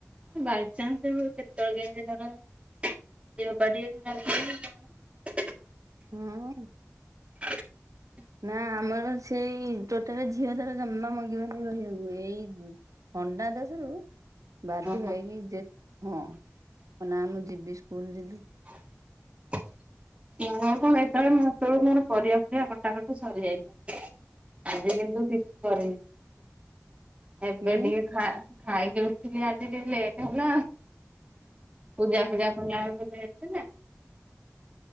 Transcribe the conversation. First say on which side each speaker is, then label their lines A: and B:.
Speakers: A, on the right; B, on the right.
A: ବାଇ ଚାନ୍ସ କେବେ କେତଳେବେଳେ କେମିତି ଧର ଦେହ ପାହା ଟିକେ ଖରାପ ହୁଏ କି କଣ?
B: ହୁଁ।
A: ହଁ
B: ନା ଆମର ସେଇ ଟୋଟାଲ ଝିଅ ତାର ଜମା ମଙ୍ଗିବ ନେଇ ରହିବାକୁ ଏଇ ଥଣ୍ଡା ଦେଶରୁ ବାଧ୍ୟ
A: ଓହୋ।
B: ହେଇକି ଯେ ହଁ। ନା ମୁଁ ଯିବି ସ୍କୁଲ ଯିବି।
A: <inaudible> ହଁ କଣ ଏତେବେଳେ ମୁଁ ଏତେବେଳୁ ମୋର ପରିବା ପରିବା କଟାକଟି ସରିଯାଇଥାଏ ଆଜି କିନ୍ତୁ କିଛି କରିନି ଏବେ
B: କି
A: ଟିକେ ଖ ଖାଇକି ଉଠିଲି ଆଜି ଟିକ ଲେଟ୍ ହେଲା ପୂଜା ଫୂଜା କଲା ବେଳକୁ ନା।